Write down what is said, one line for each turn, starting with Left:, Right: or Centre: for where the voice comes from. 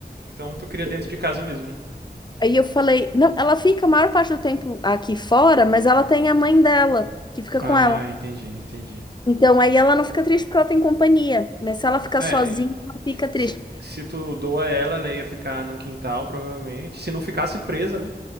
Right: Então tu cria dentro de casa mesmo, né?
Left: Aí eu falei, não, ela fica a maior parte do tempo aqui fora, mas ela tem a mãe dela, que fica
Right: Ah,
Left: com ela.
Right: entendi, entendi.
Left: Então aí ela não fica triste porque ela tem companhia, mas se ela ficar
Right: É,
Left: sozinha, ela fica triste.
Right: se, se tu doa ela, ela ia ficar num quintal, provavelmente. Se não ficasse presa, né?